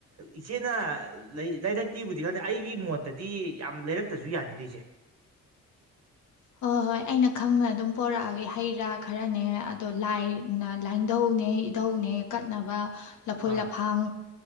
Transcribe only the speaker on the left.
ꯍꯣꯏ-ꯍꯣꯏ ꯑꯩꯅ ꯈꯪꯅ ꯑꯗꯨꯝ ꯄꯣꯔꯛꯑꯒꯦ ꯍꯩ ꯔꯥ ꯈꯔꯅꯦ ꯑꯗꯣ ꯂꯥꯏꯅ ꯂꯥꯏꯙꯧꯅꯦ ꯏꯙꯧꯅꯦ ꯀꯠꯅꯕ ꯂꯐꯣꯏ
ꯂꯐꯥꯡ